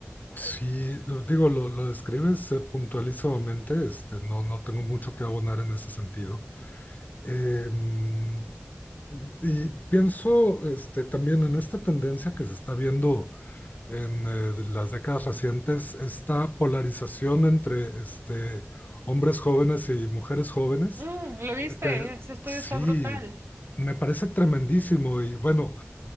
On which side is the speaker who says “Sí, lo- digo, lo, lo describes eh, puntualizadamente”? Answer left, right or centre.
Left